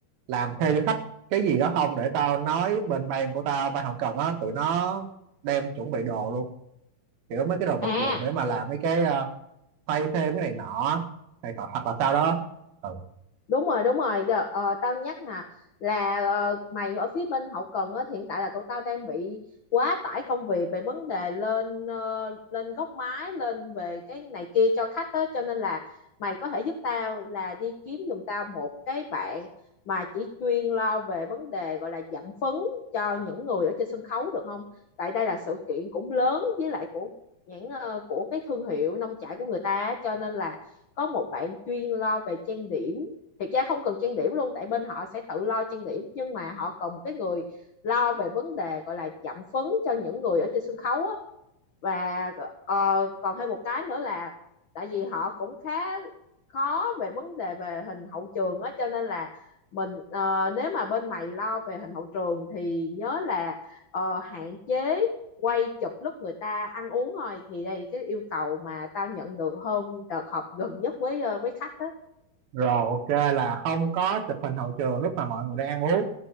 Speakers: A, on the right (about 70°); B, on the left (about 65°).
A: làm theo cho khách cái gì đó không để tao nói bên ban của tao ban hậu cần á tụi nó đem chuẩn bị đồ luôn kiểu mấy cái đồ vật
B: à
A: dụng để mà làm mấy cái ờ, xoay thêm cái này nọ này cọ hoặc là sau đó ừ.
B: đúng rồi đúng rồi Giờ, ờ, tao nhắc nè là ờ, mày ở phía bên hậu cần á, hiện tại là tụi tao đang bị quá tải công việc về vấn đề lên ờ, lên góc máy lên về cái này kia cho khách á cho nên là mày có thể giúp tao là đi kiếm giùm tao một cái bạn mà chỉ chuyên lo về vấn đề gọi là giảm phấn cho những người ở trên sân khấu được không tại đây là sự kiện cũng lớn với lại của nhãn ờ, của cái thương hiệu nông trại của người ta á, cho nên là có một bạn chuyên lo về trang điểm thực ra không cần trang điểm luôn tại bên họ sẽ tự lo trang điểm nhưng mà họ cần một cái người lo về vấn đề gọi là chạm phấn cho những người ở trên sân khấu á và ờ, còn thêm một cái nữa là tại vì họ cũng khá khó về vấn đề về hình hậu trường á cho nên là mình ờ, nếu mà bên mày lo về hình hậu trường thì nhớ là ờ, hạn chế quay chụp lúc người ta ăn uống thôi thì đây là cái yêu cầu mà tao nhận được hôm đợt họp gần nhất với ờ, với khách đó
A: rồi ok là không có chụp hình hậu trường lúc mà mọi người đang ăn uống